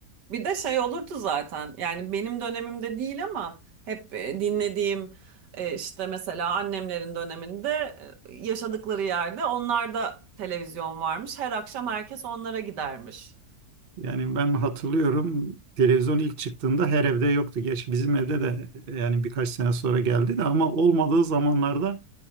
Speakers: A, on the right; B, on the right.
A: Bir de şey olurdu zaten yani benim dönemimde değil ama hep e, dinlediğim e, işte mesela annemlerin döneminde e, yaşadıkları yerde onlar da televizyon varmış. Her akşam herkes onlara gidermiş.
B: Yani ben hatırlıyorum televizyon ilk çıktığında her evde yoktu. Geç bizim evde de yani birkaç sene sonra geldi de ama olmadığı zamanlarda